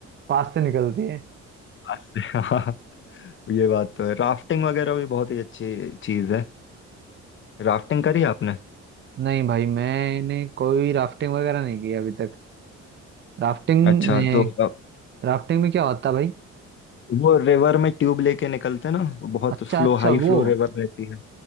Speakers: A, on the right; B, on the left.
A: पास से निकलती है
B: अच्छा, हाँ ये बात तो है राफ्टिंग वगैरह भी बहुत ही अच्छी चीज़ है राफ्टिंग करी आपने
A: नहीं भाई मैंने कोई राफ्टिंग वगैरह नहीं की अभी तक राफ्टिंग
B: अच्छा
A: में,
B: तो अ,
A: राफ्टिंग में क्या होता है भाई
B: वो रिवर में ट्यूब लेके निकलते ना वो बहुत
A: अच्छा
B: फ्लो
A: अच्छा
B: हाई
A: वो
B: फ्लो रिवर रहती है